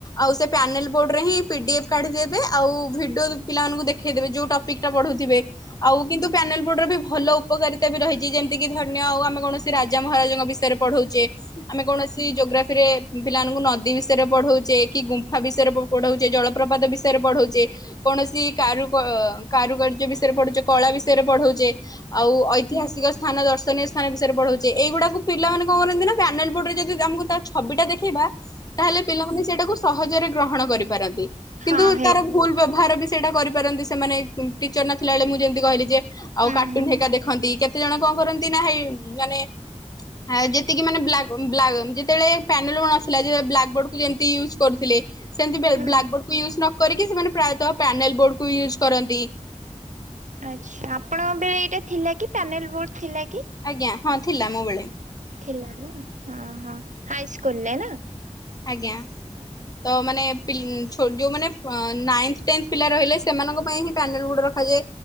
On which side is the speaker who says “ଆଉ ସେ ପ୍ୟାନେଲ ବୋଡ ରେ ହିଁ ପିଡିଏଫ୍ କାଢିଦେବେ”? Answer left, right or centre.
Left